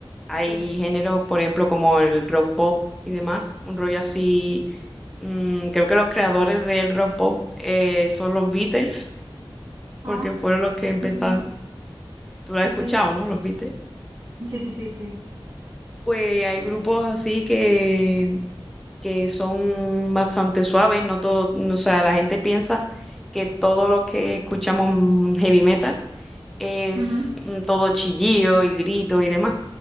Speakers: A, in the centre; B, on the right (about 50°).
A: hay
B: Sí.
A: géneros, por ejemplo, como el rock pop y demás, un rollo así. mm, creo que los creadores del rock pop eh, son los Beatles, porque
B: Ah,
A: fueron los que empezaron.
B: ujú.
A: Tú lo has
B: Sí,
A: escuchado,
B: sí.
A: ¿no? Los Beatles.
B: Sí, sí, sí, sí.
A: Pues hay grupos así que que son bastante suaves, no todo, no- o sea, la gente piensa que todo lo que escuchamos mm, heavy metal es
B: Ujú.
A: mm, todo chillillo y grito y demás,